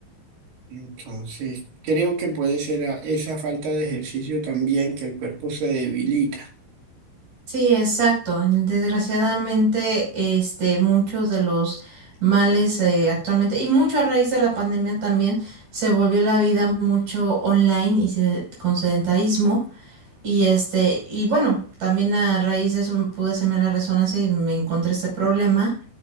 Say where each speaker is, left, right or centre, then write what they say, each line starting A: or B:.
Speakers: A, on the right (about 65°); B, on the right (about 45°).
A: Entonces, creo que puede ser a- esa falta de ejercicio también que el cuerpo se debilita.
B: Sí, exacto. Desgraciadamente, este, muchos de los males eh, actualmente, y mucho a raíz de la pandemia también, se volvió la vida mucho online y se- con sedentarismo. Y este, y bueno, también a raíz de eso pude hacerme la resonancia y me encontré este problema.